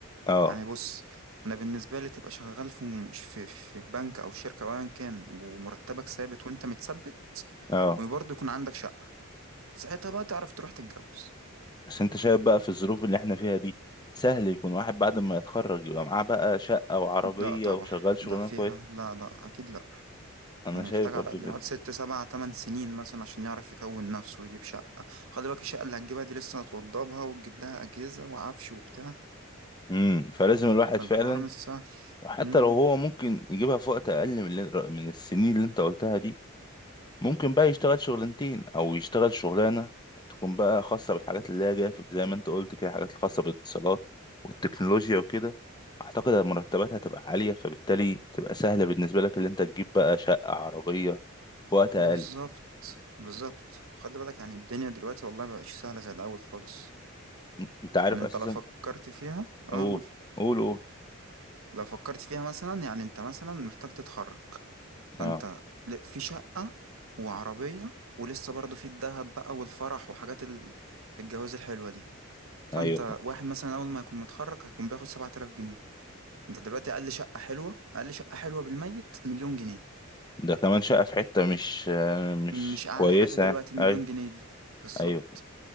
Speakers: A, on the left (about 20°); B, on the right (about 75°).
A: اه
B: يعني بص انا بالنسبة لي تبقى شغال في م- في, في بنك او شركة او ايا كان ومرتبك ثابت وانت متثبت
A: اه
B: وبرضه يكون عندك شقة ساعتها بقى تعرف تروح تتجوز
A: بس انت شايف بقى في الظروف اللي احنا فيها دي سهل يكون واحد بعد ما يتخرج يبقى معاه بقى شقه وعربيه
B: لا طبعا
A: وشغال شغلانه
B: ده فيها
A: كويس
B: لا لا اكيد لا
A: انا
B: يعني
A: شايف
B: محتاج
A: برضو
B: على الأقل
A: كده
B: يقعد ست سبع تمن سنين مثلا عشان يعرف يكون نفسه ويجيب شقة خلي بالك الشقة اللي هتجيبها دي لسه هتوضبها وتجيب لها أجهزة وعفش وبتاع
A: امم فلازم الواحد
B: فالحوار
A: فعلا
B: مش سهل
A: وحتى
B: مم.
A: لو هو ممكن يجيبها في وقت اقل من اللي- من السنين اللي انت قلتها دي ممكن بقى يشتغل شغلانتين او يشتغل شغلانه تكون بقى خاصه بالحاجات اللي هي جايه في- زي ما انت قلت كده الحاجات الخاصه بالاتصالات والتكنولوجيا وكده اعتقد المرتبات هتبقى عاليه فبالتالي تبقى سهله بالنسبه لك اللي انت تجيب بقى شقه عربيه في وقت اقل
B: بالظبط بالظبط خلي بالك يعني الدنيا دلوقتي والله مبقتش سهلة زي الأول خالص
A: م- انت عارف
B: يعني أنت
A: اساسا
B: لو فكرت فيها
A: قول
B: أه قول
A: قول قول
B: لو فكرت فيها مثلا يعني أنت مثلا محتاج تتخرج فأنت
A: اه
B: ل- في شقة وعربية ولسه برضه في الدهب بقى والفرح وحاجات ال- الجواز الحلوة دي فانت
A: ايوه فاهم.
B: واحد مثلا اول ما يكون متخرج هيكون بياخد 7000 جنيه انت دلوقتي اقل شقه حلوه اقل شقه حلوه بالميت مليون جنيه
A: ده كمان شقه في حته مش آه، مش
B: مش اعلى
A: كويسه
B: حاجه دلوقتي مليون
A: ايوه
B: جنيه دي بالظبط
A: ايوه